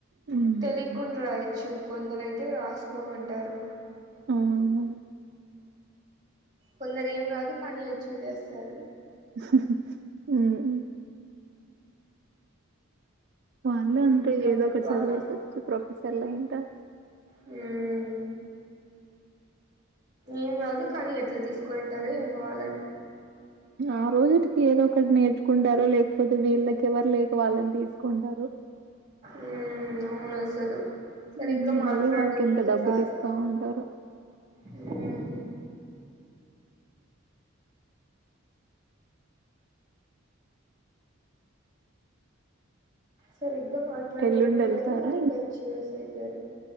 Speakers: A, on the right (about 50°); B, on the right (about 20°).
A: హ్మ్
B: తెలియకుండా రాయొచ్చు కొందరైతే రాసుకోమంటారు
A: అవును
B: కొందరు ఏం రాదు కానీ ఎచ్చులు చేస్తారు
A: మ్ వాళ్ళు
B: మ్మ్
A: అంటే
B: ఇంకప్పుడు
A: ఏదో ఒకటి
B: బాగా
A: చదివేసొచ్చి ప్రొఫెసర్లు అంట
B: హ్మ్మ్ ఏం రాదు కానీ ఎట్లా తీసుకుంటారో ఏమో వాలని
A: ఆ రోజుటికి ఏదో ఒకటి నేర్చుకుంటారో లే పోతే వీళ్ళకెవర్ లేక వాళ్ళని తీసుకుంటారు
B: మ్మ్ అవును అసలు సరిగ్గా
A: హ్మ్
B: మాట్లాడటమే
A: మళ్ళీ వాళ్ళకి ఎంత డబ్బులు
B: రాదు
A: ఇస్తా ఉంటారో
B: హ్మ్మ్ సరిగ్గా మాట్లాడం
A: ఎల్లుండి
B: కూడ
A: వెళ్తారా
B: రాదు కానీ లెక్చరర్స్ అయితారు